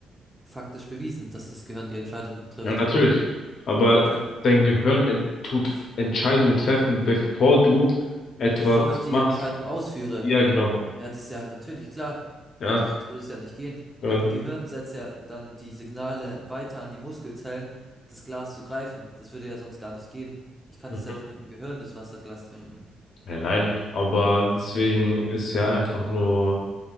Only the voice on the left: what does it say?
Ja, natürlich. Aber
dein Gehirn ent tut F- Entscheidungen treffen, bevor du etwas
machst.
Ja, genau.
Ja.
Und,
mhm.
ja, nein. Aber deswegen ist ja einfach nur